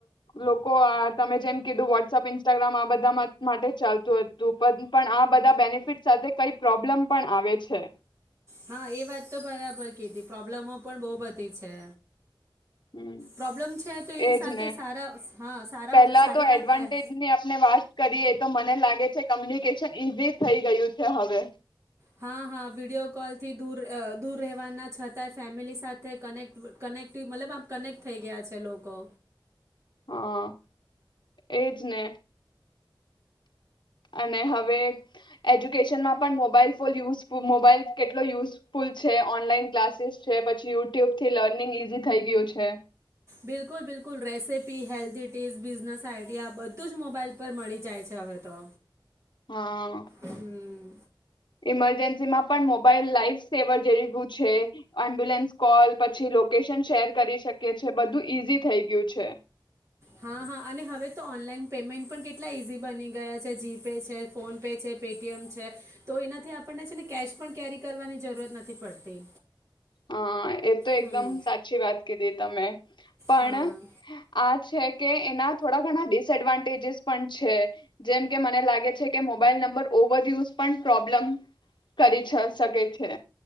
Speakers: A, on the left (about 65°); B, on the right (about 35°).
A: લોકો તમે જેમ કીધું વોટ્સઅપ, ઇન્સ્ટાગ્રામ આ બધા માટે ચાલતું હતું પણ, પણ આ બધા બેનિફિટ સાથે કઈ પ્રોબ્લેમ પણ આવે છે.
B: હા એ વાત તો બરાબર કીધી, પ્રોબ્લેમો પણ બહુ બધી છે.
A: હ
B: પ્રોબ્લેમ છે તો એની
A: એજ
B: સાથે
A: ને,
B: સારા હા સારા
A: પેલા
B: સારી
A: તો
B: વાત
A: એડવાન્ટેજની
B: પે-
A: આપણે વાત કરીએ તો મ મને લાગે છે, કમ્યુનિકેશન ઈઝી થઈ ગયું છે હવે
B: હા હા વિડીિયો કોલથી દૂર દૂર રહેવાના છતાંય, ફેમિલી સાથે કનેક્ટ કનેક્ટ મતલબ આમ કનેક્ટ થઈ ગયા છે લોકો.
A: હા એજ ને! અને હવે એજ્યુકેશનમાં પણ મોબાઈલ ફોન યુસ મોબાઈલ, કેટલો યુઝફુલ છે, ઓનલાઈન ક્લાસીસ છે, પછી યુટ્યુબથી લર્નિંગ ઈઝી થઈ ગયું છે.
B: બિલકુલ બિલકુલ! Recipe, healthy tips business idea બધું જ મોબાઈલ પર મળી જાય છે હવે તો
A: હા
B: હમ
A: ઈમરજન્સી માં પણ મોબાઈલ લાઈફ સેવર જેવું છે એમ્બ્યુલન્સ કોલ પછી લોકેશન શેર કરી શકેએ છે બધું ઈઝી થઈ ગયું છે
B: હા હા અને હવે તો ઓનલાઈન પેમેન્ટ પણ કેટલા ઇઝી બની ગયા છે જીપે છે ફોનપે છે પેટીએમ છે તો એનાથી આપણને છે ને કેશ પણ કેરી કરવાની જરૂરત નથી પડતી
A: હા એ તો એકદમ
B: હમ
A: સાચી વાત કીધી તમે પણ
B: હા
A: આજ છે કે એના થોડા ઘણા ડિસએડવાન્ટેજસ પણ છે જેમ કે મને લાગે છે કે મોબાઈલ નંબર ઓવરયુઝ પણ પ્રોબ્લમ કરી શકે છે